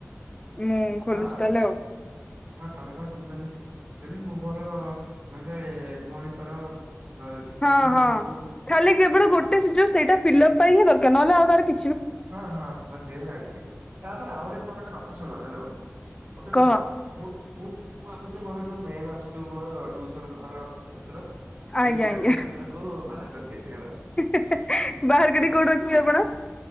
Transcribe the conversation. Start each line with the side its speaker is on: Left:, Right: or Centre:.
Left: ମୁଁ ଖୋଲୁଛି
Right: ହଁ
Left: ତାହେଲେ ଆଉ।
Right: ହଁ ତମେ କ ଯମିବନି। ହେଲେ ମୁଁ ମୋର ନହେଲେ ଭଉଣୀଙ୍କର ଜିମେଲ
Left: ହଁ ହଁ
Right: ମୁଁ ମୋ
Left: ଖାଲି କେବଳ ଗୋଟେ ସୁ ଯୋ ସେଇଟା ଫିଲଅପ ପାଇଁ ହିଁ ଦରକାର ନହେଲେ ଆଉ ତାର କି
Right: ହଁ ହଁ ହଁ ସେ ବି ଜାଣିଛି ତାପରେ ଆଉ ଗୋଟେ ଗୋଟେ କଥା ଶୁଣ ହ୍ୟାଲୋ ମୋ ସେ
Left: କହ
Right: କୁହ ମୁଁ ମୁଁ ମୁଁ ଭାବୁଛି ମୋର ଯୋ ମେଲ ଅଛି ଯୋ ମୋର ଟ୍ୟୁସନ ଘର ଛାତ୍ର। ସେଇ
Left: ଆଜ୍ଞା
Right: ସେ
Left: ଆଜ୍ଞା
Right: ଛାତ୍ରଙ୍କୁ ବାହାର କରିଦେବି ହେଲା।
Left: ବାହାର କରିିକି କୋଉଠି ରଖିବେ ଆପଣ?